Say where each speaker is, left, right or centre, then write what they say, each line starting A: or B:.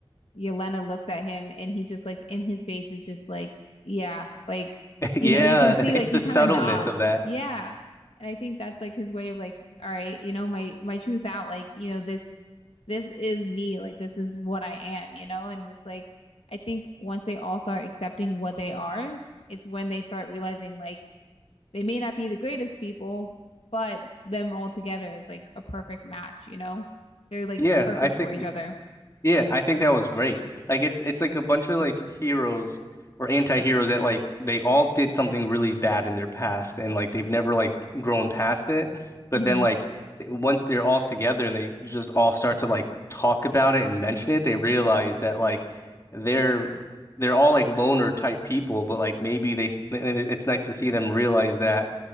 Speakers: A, on the left; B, on the left.
A: Yelena looks at him and he just like in his face is just like, yeah, like,
B: <laughs> Yeah,
A: you know, you can see
B: it's
A: like
B: the
A: he kind
B: subtleness
A: of nods.
B: of that.
A: Yeah. And I think that's like his way of like, all right, you know, my my truth's out. Like, you know, this this is me. Like this is what I am, you know? And it's like I think once they all start accepting what they are, it's when they start realizing like they may not be the greatest people, but them all together is like a perfect match, you know? They're like
B: Yeah,
A: perfect
B: I think
A: for each other.
B: Yeah, I think that was great. Like it's it's like a bunch of like heroes or anti-heroes that like they all did something really bad in their past and like they've never like grown past it. But
A: hmm
B: then like once they're all together and they just all start to like talk about it and mention it, they realize that like they're they're all like loner type people, but like maybe they s- it's nice to see them realize that